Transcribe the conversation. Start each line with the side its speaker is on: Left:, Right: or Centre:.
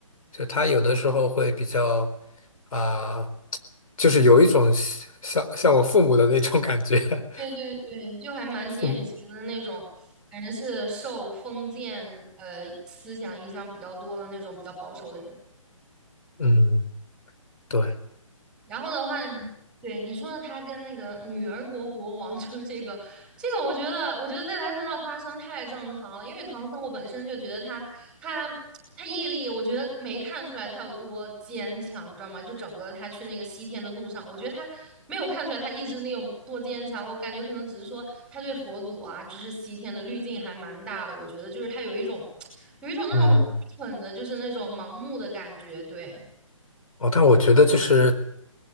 Left: 就是他有的时候会比较啊、就是有一种像像我父母的那种感觉。<laughs>
Centre: 对对对，就还蛮典型的那种，
Left: 父母，
Centre: 感觉是受封建呃思想影响比较多的那种比较保守的人。
Left: 嗯，对，
Centre: 然后的话呢，对你说的，他跟那个女儿国国王 <laughs> 就是这个，这个我觉得，我觉得在他身上发生太正常了。因为唐僧，我本身就觉得他他他毅力，我觉得没看出来他有多坚强，你知道吗？就整个他去那个西天的路上，我觉得他没有看出来他意志力有多坚强。我感觉可能只是说他对佛祖啊，就是西天的滤镜还蛮大的。我觉得就是他有一种有一种那种很
Left: 嗯。
Centre: 蠢的，就是那种盲目的感觉，对，
Left: 哦，但我觉得就是